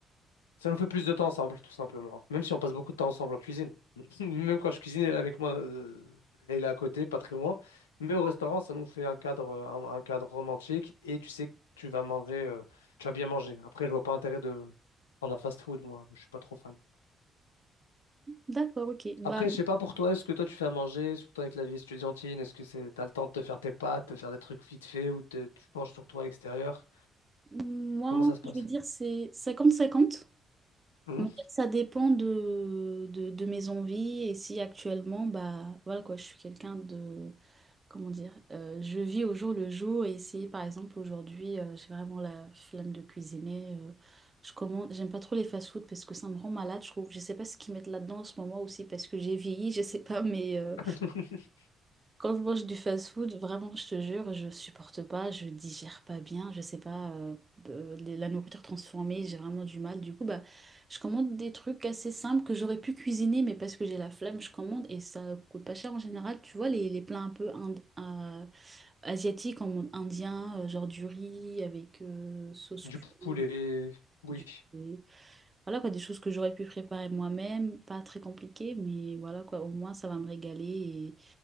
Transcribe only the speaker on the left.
Ça nous fait plus de temps ensemble, tout simplement. Même si on passe beaucoup de temps ensemble en cuisine. <laughs> Même quand je cuisine, elle est avec moi, euh, elle est à côté, pas très loin. Mais au restaurant, ça nous fait un cadre, euh, un, un cadre romantique et tu sais que tu vas manger, euh, tu vas bien manger. Après, je vois pas intérêt de prendre un fast-food, moi. Je suis pas trop fan.
Après, je sais pas pour toi, est-ce que toi tu fais à manger, surtout avec la vie estudiantine, est-ce que c'est, t'as le temps de te faire tes pâtes, de faire des trucs vite fait ou te- tu penches sur toi à l'extérieur?
Comment ça se passe?
Hum
<laughs>
Du
poulet, oui.